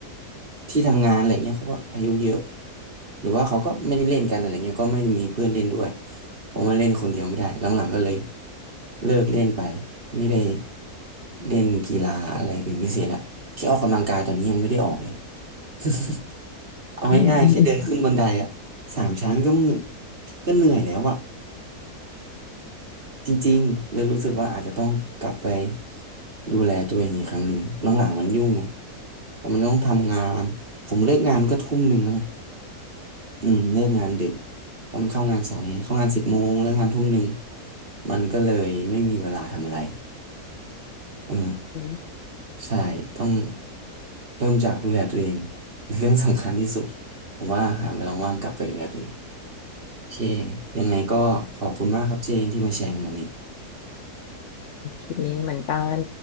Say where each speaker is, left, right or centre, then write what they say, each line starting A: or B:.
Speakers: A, on the right; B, on the left.
A: ที่ทำงานอะไรเงี้ยเขาก็อายุเยอะหรือว่าเขาก็ไม่ได้เล่นกันอะไรเงี้ยก็ไม่ได้มีเพื่อนเล่นด้วยผมว่าเล่นคนเดียวไม่ได้หลังๆก็เลยเลิกเล่นไปไม่ได้เล่นกีฬาอะไรเป็นพิเศษละแค่ออกกำลังกายตอนนี้ยังไม่ได้ออกเลย <laughs> เอาง่ายๆแค่เดินขึ้นบันไดอะสามชั้นก็มึ
B: อืมอืม
A: ก็เหนื่อยแล้วอะจริงๆเลยรู้สึกว่าอาจจะต้องกลับไปดูแลตัวเองอีกครั้งหนึ่งหลังๆมันยุ่งไงผมมันต้องทำงานผมเลิกงานก็ทุ่มหนึ่งแล้วไง อืมเลิกงานดึกเพราะมันเข้างานสายเข้างานสิบโมงเลิกงานทุ่มหนึ่งมันก็เลยไม่มีเวลาทำอะไรเออ
B: อืม
A: ใช่ต้องเริ่มจากดูแลตัวเองเป็นเรื่องสำคัญที่สุดผมว่าหาเวลาว่างกลับไปดูแลตัวเองโอเคยังไงก็ขอบคุณมากครับเจนที่มาแชร์กันวันนี้
B: โอเคเหมือนกัน